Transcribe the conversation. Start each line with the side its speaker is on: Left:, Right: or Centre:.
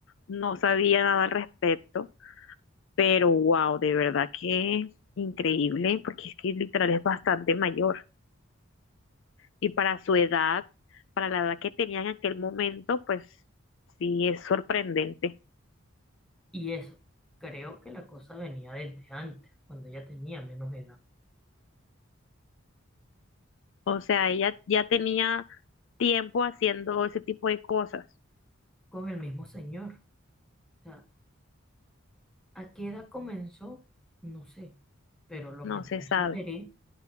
Left: no sabía nada al respecto, pero wow, de verdad que increíble, porque es que literal es bastante mayor. Y para su edad, para la edad que tenía en aquel momento, pues sí, es sorprendente.
Centre: Y eso, creo que la cosa venía desde antes, cuando ella tenía menos edad,
Left: O sea, ella ya tenía tiempo haciendo ese tipo de cosas,
Centre: con el mismo señor. O sea, ¿a qué edad comenzó? No sé, pero lo
Left: no
Centre: que sí
Left: se
Centre: me
Left: sabe.
Centre: enteré